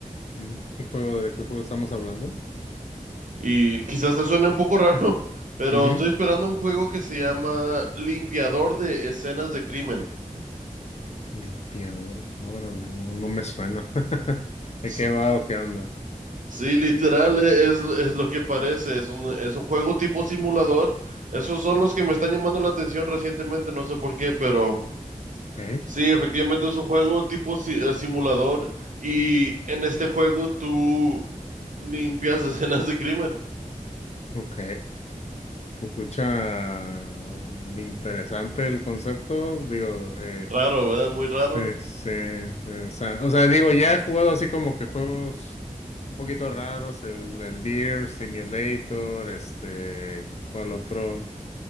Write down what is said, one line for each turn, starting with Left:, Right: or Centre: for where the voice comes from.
Left: Mm, ¿Qué juego, de qué juego estamos hablando?
Right: Y quizás te suene un poco raro, <laughs> pero
Left: Ujú.
Right: estoy esperando un juego que se llama Limpiador de Escenas de Crimen.
Left: Limpiador, órale, no, no me suena. <laughs> ¿De
Right: S-
Left: qué va o qué onda?
Right: Sí, literal, eh, es, es lo que parece, es un, es un juego tipo simulador. Esos son los que me están llamando la atención recientemente, no sé por qué, pero...
Left: Ok,
Right: Sí, efectivamente es un juego tipo si- eh, simulador y en este juego tú limpias <laughs> escenas de crimen.
Left: ok. Se Escucha mm, interesante el concepto. Digo, eh,
Right: Raro, ¿verdad? Muy raro.
Left: se- se- eh, o sea, o sea, digo, ya he jugado así como que juegos un poquito raros, el, el Deer, Simulator, este, ¿cuál otro?